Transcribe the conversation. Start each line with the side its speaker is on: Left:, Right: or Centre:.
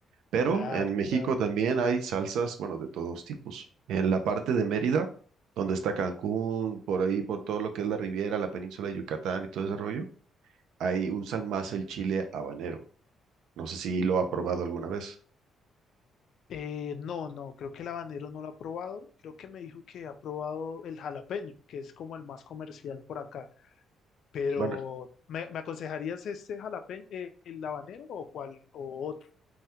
Right: Pero
Left: Claro,
Right: en México
Left: claro.
Right: también hay salsas, bueno, de todos tipos. En la parte de Mérida, donde está Cancún, por ahí, por todo lo que es la Riviera, la península de Yucatán y todo ese rollo, ahí usan más el chile habanero. No sé si lo ha probado alguna vez.
Left: Eh, no, no, creo que el habanero no lo ha probado. Creo que me dijo que ha probado el jalapeño, que es como el más comercial por acá. Pero,
Right: Bueno.
Left: ¿me, me aconsejarías este jalapeño, eh, el habanero o cuál o otro?